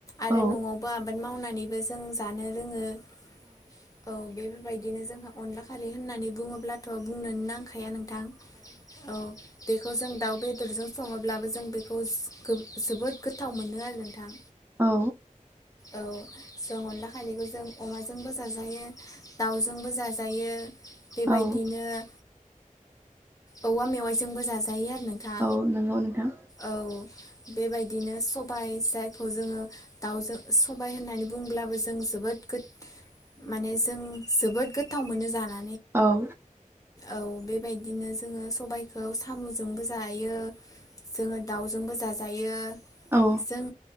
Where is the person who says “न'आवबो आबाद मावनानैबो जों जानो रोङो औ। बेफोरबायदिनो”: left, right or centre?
Left